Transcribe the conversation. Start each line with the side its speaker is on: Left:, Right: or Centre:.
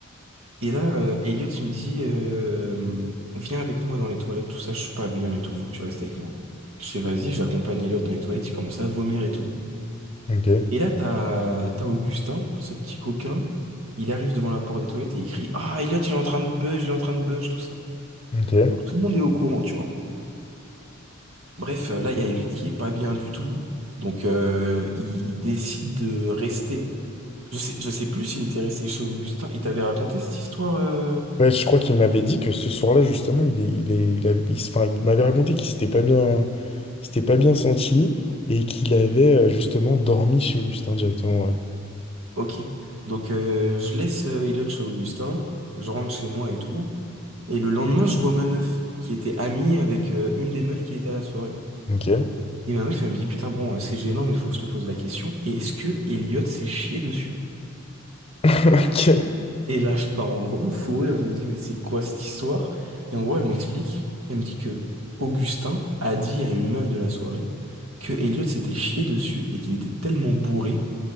Right: Et là, euh, Elliot, il me dit, euh, viens avec moi dans les toilettes, tout ça, je suis pas bien et tout, faut que tu restes avec moi. Je fais, vas-y, j'accompagne Elliot dans les toilettes, il commence à vomir et tout.
Left: Ok,
Right: Et là, t'as, t'as Augustin, ce petit coquin, il arrive devant la porte des toilettes et il crie, Ah, Elliot, il est en train de buzz, il est en train de buzz, tout ça.
Left: ok.
Right: Donc tout le monde est au courant, tu vois. Bref, euh, là, il y a Elliot qui est pas bien du tout, donc euh, il, il décide de rester. Je sais, je sais plus s'il était resté chez Augustin, il t'avait raconté cette histoire euh,
Left: Ouais, je crois qu'il m'avait dit que ce soir-là, justement, il est, il est, il a- il s- enfin, il m'avait raconté qu'il s'était pas bien. s'était pas bien senti et qu'il avait euh, justement dormi chez Augustin directement, ouais.
Right: Ok, donc euh, je laisse euh, Elliot chez Augustin, je rentre chez moi et tout, et le lendemain je vois ma meuf, qui était amie avec euh, une des meufs qui était à la soirée.
Left: Ok.
Right: Et ma meuf elle me dit putain bon euh, c'est gênant mais faut que je te pose la question, est-ce que Elliot s'est chié dessus?
Left: <laughs> Ok.
Right: Et là je pars en gros fou rire, je me dis mais c'est quoi cette histoire? Et en gros elle m'explique, elle me dit que Augustin a dit à une meuf de la soirée que Elliot s'était chié dessus et qu'il était tellement bourré